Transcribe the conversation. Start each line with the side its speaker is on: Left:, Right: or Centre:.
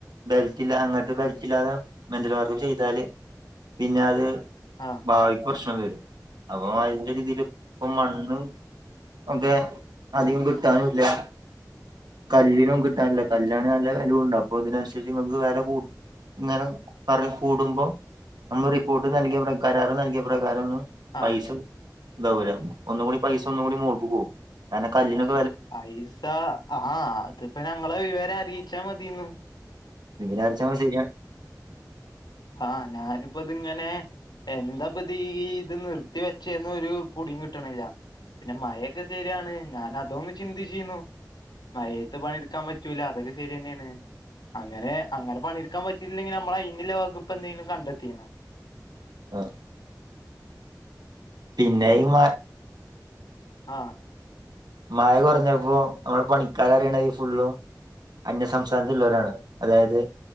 Right: ബെലറ്റില്ല അങ്ങോട്ട് ബെലറ്റില്ലാതെ മെന്റൽ വർക്ക് ചെയ്താല് പിന്നെ അത്
Left: ആഹ്
Right: ഭാവിക്ക് പ്രശ്നം വരും അപ്പോ ഒരേ രീതിൽ ഇപ്പം മണ്ണുംഒക്കെ അധികം കിട്ടു കിട്ടാനുലിയ കല്ലിനും അല്ല കല്യാണം നല്ല വിലയുണ്ട് അപ്പോൾ ഇതിനനുസരിച്ച് നിങ്ങൾക്ക് വില കൂട്ടി ഇങ്ങനെ പറ കൂടുമ്പോൾ നമ്മൾ റിപ്പോർട്ട് നൽകിയ പ്രകാരാര നൽകിയ പ്രകാരം ഒന്നും
Left: ആഹ്
Right: പൈസ ഇതാവൂല ഒന്നും കൂടി പൈസ ഒന്നും കൂടി മോൾക്ക് പോകും കാരണം കല്ലിന് പൈസ
Left: പൈസ ആഹ അതിപ്പോ ഞങ്ങളെ വിവരം അറിയിച്ചാമതിയിനു
Right: വിവരാറിയിച്ചാൽ ശരിയാ <unintelligible>
Left: ആഹ് ഞാനിപ്പതെങ്ങനെ ഇതിങ്ങനെ എന്താപ്പത് ഈ ഇത് നിർത്തി വെച്ചന്ന് ഒരു പൊടിം കിട്ടണില്ല പിന്നെ മഴൊക്കെ ശരിയാണ് ഞാൻ അതോന്ന ചിന്തിചീന്നു മയത്ത് പണെടുക്കാൻ പറ്റൂല അതൊക്ക ശരിയനെയാണ് അങ്ങനെ അങ്ങനെ പണി ാൻ പറ്റയിില്ലെങ്കിൽ നമ്മള അയിെ വകുപ്പ് എന്തെങ്കിലും കണ്ടെത്തിയോ
Right: ആ പിന്നെ <unintelligible>
Left: ആഹ
Right: മഴ കുറഞ്ഞപ്പോ നമ്മൾ പണിക്കാര അറിയണ ഈ ഫുള്ളും അന്യസംസ്ഥാനത്തള്ളവരാണ് അതായത്